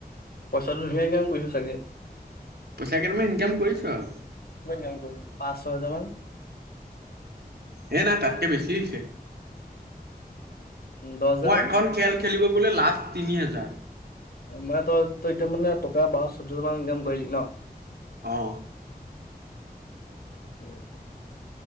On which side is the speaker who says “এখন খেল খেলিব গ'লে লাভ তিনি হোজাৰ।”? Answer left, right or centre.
Right